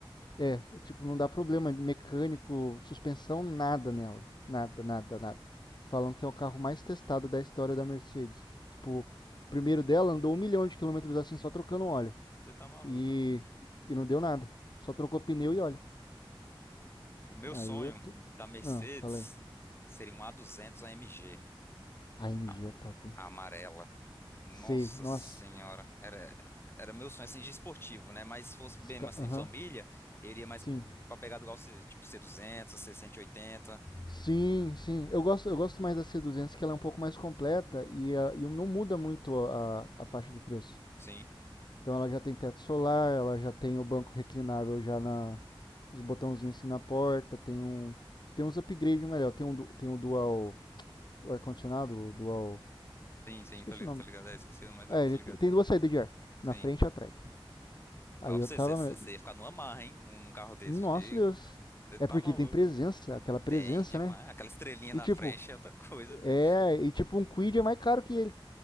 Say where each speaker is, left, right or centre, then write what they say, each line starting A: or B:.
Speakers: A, on the left; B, on the left.
A: É, tipo, não dá problema de mecânico, suspensão, nada nela. Nada, nada, nada. Falam que é o carro mais testado da história da Mercedes. Tipo, o primeiro dela andou um milhão de quilômetros assim, só trocando óleo.
B: Você tá maluco.
A: E, e não deu nada. Só trocou pneu e óleo.
B: O meu
A: Aí
B: sonho
A: eu tô...
B: da Mercedes
A: Ah, falei.
B: seria um A200 AMG,
A: A AMG
B: a, M G,
A: é
B: a
A: top, hein?
B: a amarela. Nossa
A: Sei, nossa.
B: senhora, era era meu sonho assim de esportivo, né? Mas se fosse
A: Esse
B: bem
A: ca-
B: assim
A: Aham,
B: família, eu iria mais
A: sim.
B: pro- pra pegar do igual C- tipo C200, C180.
A: Sim, sim. Eu gosto, eu gosto mais da c duzentos que ela é um pouco mais completa e, ah, e não muda muito a, a faixa de preço.
B: Sim,
A: Então ela já tem teto solar, ela já tem o banco reclinável já na os botãozinhos assim na porta, tem um tem uns upgrades melhor, tem um tem o dual o ar condicionado, o dual,
B: sim, sim,
A: esqueci
B: tô ligado,
A: o nome.
B: tô ligado. É, esqueci, mas eu
A: Ah,
B: tô
A: ele
B: ligado.
A: te- tem duas saídas de ar,
B: Sim.
A: na frente e atrás. Aí
B: Fala
A: eu
B: pra você,
A: tava,
B: você, você
A: me-
B: você ia ficar numa marra, hein? Num, num carro desse,
A: nossa
B: porque
A: Deus.
B: você tá
A: É porque
B: maluco.
A: tem presença, aquela presença,
B: Tem, demais.
A: né?
B: Aquela estrelinha
A: E
B: na
A: tipo,
B: frente é outra coisa, filho.
A: é, e tipo um Quid é mais caro que ele.